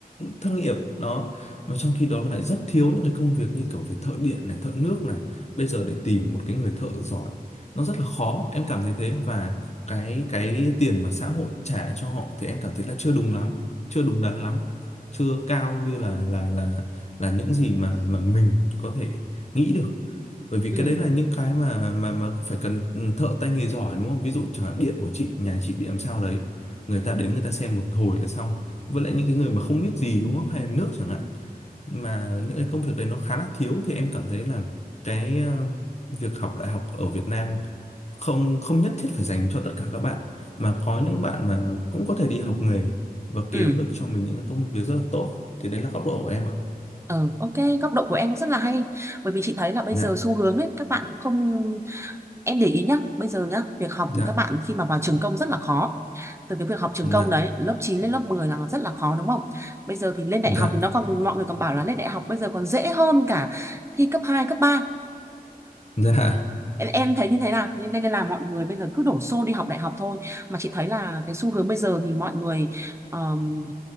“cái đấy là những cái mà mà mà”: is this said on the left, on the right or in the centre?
Left